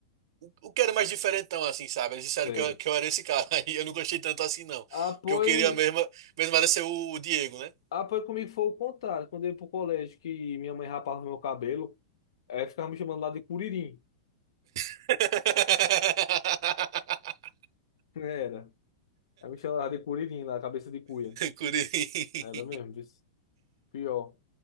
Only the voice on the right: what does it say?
O que era mais diferentão, assim, sabe? Eles disseram
que eu, que eu era esse cara. <laughs> Aí eu não gostei tanto assim, não.
Porque
eu queria mesmo, mesmo era ser o Diego, né?
<laughs>
Curi.